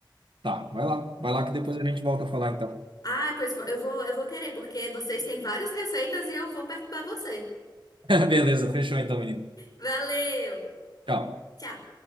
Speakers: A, on the right; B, on the left.
A: Tá, vai lá, vai lá que depois a gente volta a falar então.
B: Ah, pois eu vou, eu vou querer, porque vocês têm várias receitas e eu vou perturbar você.
A: <laughs> Beleza, fechou então, menino.
B: Valeu!
A: Tchau.
B: Tchau!